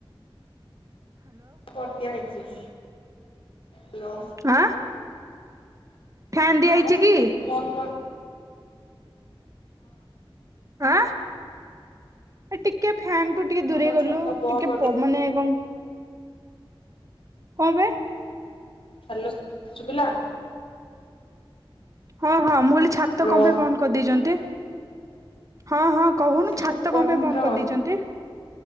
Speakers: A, on the left (about 75°); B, on the right (about 35°).
A: କରଦିଆ ହେଇଚି। ହାଲୋ।
B: ଆଁ ଫ୍ୟାନ ଦିଆହେଇଛି
A: ଆ ହଁ
B: କି ଆଁ ଏ ଟିକେ ଫ୍ୟାନ୍ ଟୁ ଟିକେ ଦୂରେଇ
A: ଆମ
B: ଗଲୁ
A: ଛାତ ବନ୍ଦ
B: ଟିକେ
A: କରିଦିଆ
B: ମାନେ କଣ କଣ ବେ।
A: ହ୍ୟାଲୋ ସୁବିଲା?
B: ହଁ ହଁ ମୁଁ ହେଲି ଛାତ
A: ହ୍ୟାଲୋ
B: କଣ ପାଇଁ ବନ୍ଦ କରିଦେଇଛନ୍ତି? ହଁ ହଁ କହୁନୁ
A: ସେ
B: ଛାତ
A: ସୁପରଟେଣ୍ଡର
B: କଣ ପାଇଁ ବନ୍ଦ କରିଦେଇଛନ୍ତି?